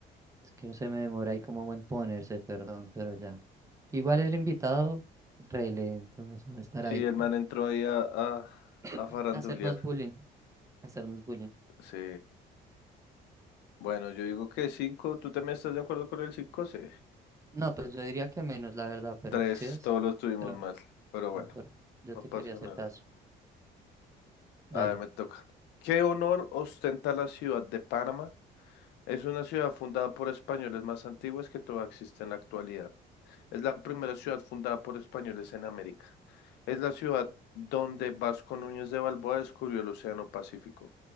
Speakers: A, on the right (about 20°); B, on the left (about 85°).
A: Es que no se me demora ahí como en ponerse, perdón, pero ya. Igual el invitado, re lento, o sea, va a estar
B: Sí,
A: ahí.
B: el man entró ahí a, a, a
A: <clears throat>
B: farandulear.
A: Hacernos bullying, hacernos bullying.
B: Sí. Bueno, yo digo que cinco. ¿Tú también estás de acuerdo con el cinco? Sí.
A: No, pues yo diría que menos, la verdad, pero
B: Tres,
A: sí es.
B: todos los tuvimos
A: Pero
B: mal. Pero bueno,
A: no, por, yo
B: no
A: te
B: pasa
A: quería hacer
B: nada.
A: caso. Dale.
B: A ver, me toca. ¿Qué honor ostenta la ciudad de Panamá? Es una ciudad fundada por españoles más antiguas que todavía existe en la actualidad. Es la primera ciudad fundada por españoles en América. Es la ciudad donde Vasco Núñez de Balboa descubrió el Océano Pacífico.